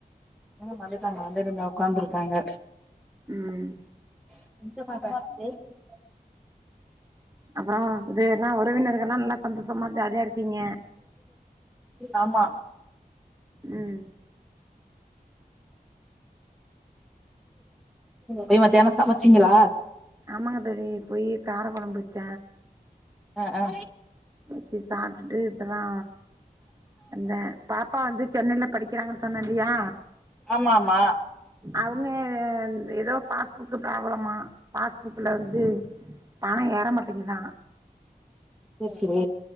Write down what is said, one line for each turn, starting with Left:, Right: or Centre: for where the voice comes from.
Centre: ம் வந்திட்டாங்க அந்த ரூம்ல உக்காந்துருக்காங்க
Right: ம்
Centre: <unintelligible>
Right: அப்பறோ இது என்னா உறவினர்ஹெல்லா நல்லா சந்தோஷமா ஜாலியா இருக்கீங்க
Centre: ஆமா
Right: ம்
Centre: போய் மதியானோ சமச்சிங்களா
Right: ஆமாங்க தோழி போயி கார கொழம்பு வெச்ச
Centre: ஆ ஆ
Right: வச்சி சாப்ட்டுட்டு இப்பதா வந்த பாப்பா வந்து சென்னைல படிக்கிறாங்கன்னு சொன்ன இல்லியா
Centre: ஆமா ஆமா
Right: அவுங்க என் ஏதோ பாஸ்புக் ப்ராபளமா பாஸ்புக்குல வந்து பணோ ஏற மாட்டேங்குதா
Centre: பேசுறிங்க